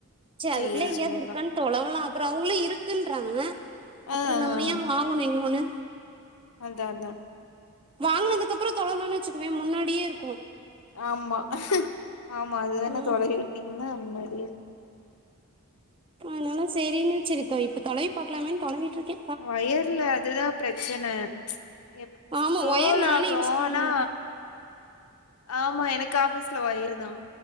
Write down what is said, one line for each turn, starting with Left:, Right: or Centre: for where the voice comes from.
Right: ச்ச
Left: சேரி
Right: அதுக்குள்ள எங்க்யாவ்து
Left: சேரிங்க்கா
Right: இருக்கான் தொலவ்லா அப்றோ அவ்ங்ளு இருக்குன்றாங்க
Left: ஆ
Right: அப்றோ
Left: ஆ
Right: நம்ம ஏ வாங்கணு இன்னொன்னு
Left: அதா அதா
Right: வாங்கனதுக்கப்றோ‌ தொலவுணோன்னு வச்சுக்குவே முன்னாடியே இருக்கு
Left: ஆமா ஆமா அது வேற
Right: ம்
Left: தொலை விட்னீங்கன்னா முன்னாடியே இரு
Right: அதனால சரின்னு சரி இப்ப இப்ப தொலைவி பாக்கலாமேன்னு தொலைவிட்ருக்கே
Left: ஒயர்ல அதுதா பிரச்சன எப்
Right: ஆமா
Left: ஸ்க்ரோல்
Right: ஒயர் நானே
Left: ஆகு
Right: யூஸ் பண்ண
Left: ஆனா
Right: மாட்டே
Left: ஆமா எனக்கு ஆபீஸ்ல ஒயர் தா